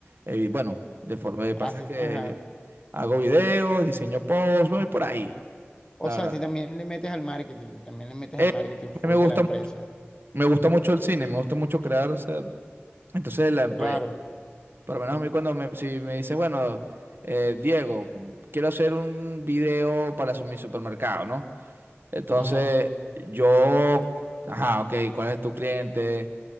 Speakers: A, on the right; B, on the left.
A: eh, bueno, de forma de
B: Ah,
A: pasas
B: sí,
A: que
B: ajá.
A: hago videos, diseño posts, voy por ahí,
B: O
A: la
B: sea,
A: verdad.
B: si también le metes al marketing, también le metes
A: Eh,
B: al marketing full
A: a mí me gusta,
B: de la empresa.
A: mu- me gusta mucho el cine, me gusta mucho crear, o sea, entonces la empresa,
B: Claro.
A: por lo menos a mí cuando me, si me dices, bueno, eh, Diego, quiero hacer un video para su- mi supermercado, ¿no? Entonces
B: ujú.
A: yo, ajá, ok, ¿cuál es tu cliente?